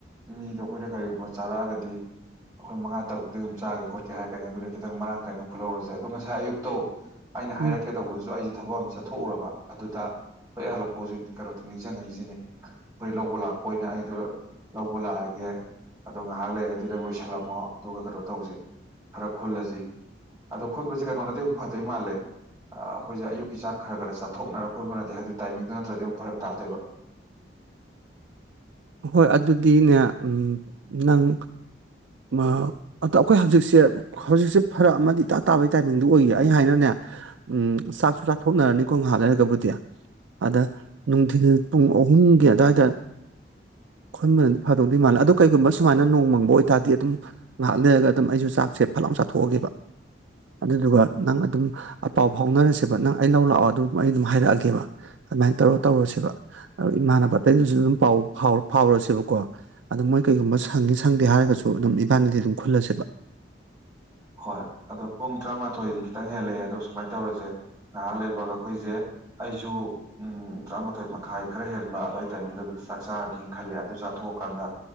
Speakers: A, on the right (about 20°); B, on the right (about 85°).
A: ꯃꯤꯗꯣ ꯑꯩꯈꯣꯏꯅ ꯀꯔꯤꯒꯨꯝꯕꯥ ꯆꯥꯔꯛꯑꯥꯗꯤꯒ ꯑꯩꯈꯣꯏ ꯃꯉꯥ ꯇꯔꯨꯛꯇꯗꯤ ꯑꯗꯨꯝ ꯆꯥꯒꯦ ꯈꯣꯠꯀꯦ ꯍꯥꯏꯔꯅꯤ ꯑꯗꯨꯅ ꯈꯤꯇꯪ ꯃꯔꯥꯡ ꯀꯥꯏꯅ ꯐꯨꯠ ꯂꯧꯔꯁꯦ ꯑꯗꯣ ꯉꯁꯥꯏ ꯑꯌꯨꯛꯇꯣ ꯑꯩꯅ
B: ꯎꯝ
A: ꯍꯥꯏꯔꯛꯀꯦ ꯇꯧꯕꯗꯨꯁꯨ ꯑꯩꯁꯦ ꯊꯕꯛ ꯑꯃ ꯆꯠꯊꯣꯛꯎꯔꯕ ꯑꯗꯨꯗ ꯍꯣꯏ ꯍꯜꯂꯛꯄ ꯍꯧꯖꯤꯛꯇꯤ ꯀꯩꯅꯣꯗꯣ ꯅꯤꯡꯖꯡ ꯉꯛꯏꯁꯤꯅꯦ ꯍꯣꯏ ꯂꯧꯕ ꯂꯥꯛꯄ ꯑꯣꯏꯅ ꯑꯩꯗꯣ ꯂꯧꯕ ꯂꯥꯛꯑꯒꯦ ꯑꯗꯣ ꯉꯥꯏꯍꯥꯛ ꯂꯩꯔꯒꯗꯤ ꯅꯪ ꯂꯣꯏꯁꯤꯜꯂꯝꯃꯣ ꯑꯗꯨꯒ ꯀꯩꯅꯣ ꯇꯧꯖꯦ ꯈꯨꯜꯂꯁꯤ ꯑꯗꯣ ꯈꯨꯟꯕꯁꯦ ꯀꯩꯅꯣꯅꯗꯤ ꯑꯃꯨꯛ ꯐꯗꯣꯏ ꯃꯥꯜꯂꯦ ꯑꯩꯈꯣꯏꯁꯦ ꯑꯌꯨꯛꯀꯤ ꯆꯥꯛ ꯈꯔꯈꯔ ꯆꯥꯊꯣꯛꯅꯔꯛ ꯈꯠꯕꯅꯗꯤ ꯍꯥꯏꯕꯗꯤ ꯇꯥꯏꯃꯤꯡꯗꯨꯣ ꯅꯠꯇ꯭ꯔꯗꯤ ꯑꯃꯨꯛ ꯐꯔꯛ ꯇꯥꯗ‌ꯣꯕ
B: ꯍꯣꯏ ꯑꯗꯨꯗꯤꯅꯦ ꯎꯝ ꯅꯪ ꯃꯥ ꯑꯩꯈꯣꯏ ꯍꯧꯖꯤꯛꯁꯦ ꯍꯧꯖꯤꯛꯁꯦ ꯐꯔ ꯑꯃꯗꯤ ꯏꯇꯥ ꯇꯥꯕꯒꯤ ꯇꯥꯏꯃꯤꯡꯗꯨꯣ ꯑꯣꯏꯌꯦ ꯑꯩ ꯍꯥꯏꯅꯅꯦ ꯎꯝ ꯆꯥꯛꯁꯨ ꯆꯥꯊꯣꯛꯅꯔꯅꯤꯀꯣ ꯉꯍꯥꯟꯅꯔꯒꯕꯨꯗꯤ ꯑꯗ ꯅꯨꯡꯊꯤꯜ ꯄꯨꯡ ꯑꯍꯨꯝꯒꯤ ꯑꯗꯨꯋꯥꯏꯗ ꯈꯈꯣꯏꯕꯅꯗꯤ ꯐꯗꯧꯗꯤ ꯃꯥꯜꯂꯦ ꯑꯗꯣ ꯀꯩꯒꯨꯝꯕ ꯁꯨꯃꯥꯏꯅ ꯅꯣꯡ ꯃꯪꯕ ꯑꯣꯏꯕꯇꯥꯔꯗꯤ ꯑꯗꯨꯝ ꯉꯥꯏꯍꯥꯛ ꯂꯩꯔꯒ ꯑꯗꯨꯝ ꯑꯩꯁꯨ ꯆꯥꯛꯁꯦ ꯐꯠꯂꯥꯎ ꯆꯥꯊꯣꯛꯑꯒꯦꯕ ꯑꯗꯨꯗꯨꯒ ꯅꯪ ꯑꯗꯨꯝ ꯑꯄꯥꯎ ꯐꯥꯎꯅꯔꯁꯦꯕ ꯅꯪ ꯑꯩ ꯂꯧ ꯂꯥꯛꯑꯣ ꯑꯗꯨ ꯑꯩ ꯑꯗꯨꯝ ꯍꯥꯏꯔꯛꯑꯒꯦꯕ ꯑꯗꯨꯃꯥꯏꯅ ꯇꯧꯔ ꯇꯧꯔꯁꯦ ꯏꯃꯥꯟꯅꯕ ꯄꯠꯇ ꯑꯗꯨꯝ ꯄꯑꯣ ꯐꯥꯎꯔꯁꯦꯕꯀꯣ ꯑꯗ ꯃꯣꯏ ꯀꯩꯒꯨꯝꯕ ꯁꯪꯉꯤ ꯁꯪꯗꯦ ꯍꯥꯏꯔꯒꯁꯨ ꯑꯗꯨꯝ ꯏꯕꯥꯅꯤꯗꯤ ꯑꯗꯨꯝ ꯈꯨꯜꯂꯁꯦꯕ <inaudible>
A: ꯍꯣꯏ ꯑꯗꯣ ꯄꯨꯡ ꯇꯔꯥꯃꯥꯊꯣꯏꯗꯤ ꯈꯤꯇꯪ ꯍꯦꯜꯂꯛꯑꯦ ꯑꯗꯣ ꯁꯨꯃꯥꯏꯅ ꯇꯧꯔꯁꯦ ꯉꯥꯏꯍꯥꯛ ꯂꯩꯕꯒ ꯑꯩꯈꯣꯏꯁꯦ ꯑꯩꯁꯨ ꯎꯝ ꯇꯔꯥꯃꯥꯊꯣꯏ ꯃꯈꯥꯏ ꯈꯔ ꯍꯦꯟꯕ ꯑꯗꯨꯋꯥꯏ ꯇꯥꯏꯃꯤꯡꯗꯨꯕꯨꯗꯤ ꯆꯥꯛ ꯆꯥꯔꯅꯤꯅ ꯈꯜꯂꯦ ꯑꯗꯨ ꯊꯣꯛꯀꯥꯟꯗ